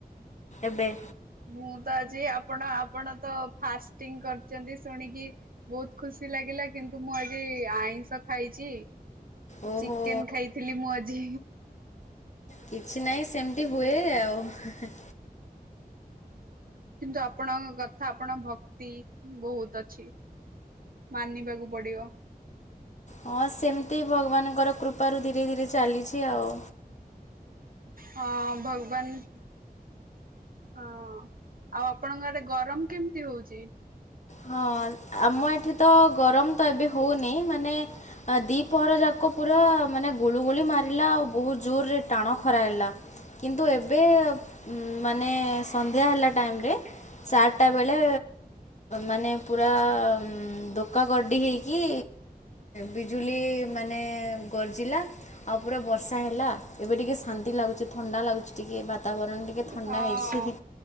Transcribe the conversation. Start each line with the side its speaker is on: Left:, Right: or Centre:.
Left: ଏବେ?
Right: ମୁଁ, ତ ଆଜି ଆପଣ ଆପଣ ତ ଫାଷ୍ଟିଂ କରିଛନ୍ତି ଶୁଣିକି ବହୁତ ଖୁସ୍। ଖୁସି ଲାଗିଲା କିନ୍ତୁ ମୁଁ ଆଜି ଆଇଁଷ ଖାଇଚି।
Left: ଓହୋ
Right: ଚିକେନ ଖାଇଥିଲି ମୁଁ ଆଜି।
Left: କିଛି ନାହିଁ ସେମ୍ତି ହୁଏ ଆଉ।
Right: କିନ୍ତୁ ଆପଣଙ୍କ କଥା ଆପଣଙ୍କ ଭକ୍ତି ବହୁତ୍ ଅଛି ମାନିବାକୁ ପଡିବ
Left: ହଁ ସେମିତି ଭଗବାନଙ୍କର କୃପାରୁ ଧୀରେ ଧୀରେ ଚାଲିଛି ଆଉ
Right: ହଁ ଭଗବାନ ହଁ ଆଉ ଆପଣଙ୍କ ଆଡେ ଗରମ କେମିତି ହଉଛି
Left: ହଁ ଆମ ଏଠି ତ ଗରମ ତ ଏବେ ହଉନି ମାନେ ଆ ଦି ପହର ଯାକ ପୁରା ମାନେ ଗୁଳିୁ ଗୁଳି ମାରିଲା ଆଉ ବହୁତ ଜୋରରେ ଟାଣ ଖରା ହେଲା କିନ୍ତୁ ଏବେ ମାନେ ସନ୍ଧ୍ୟା ହେଲା ଟାଇମରେ ଚାରିଟା ବେଳେ ମାନେ ପୁରା ଦୋକା ଗଡି ହେଇକି ବିଜୁଳି ମାନେ ଗର୍ଜିଲା ଆଉ ପୁରା ବର୍ଷା ହେଲା ଏବେ ଟିକେ ଶାନ୍ତି ଲାଗୁଚି ଥଣ୍ଡା ଲାଗୁଛି ଟିକେ ବାତାବରଣ ଟିକେ ଟିକେ ଥଣ୍ଡା
Right: ହଁ
Left: ହେଇଛି କି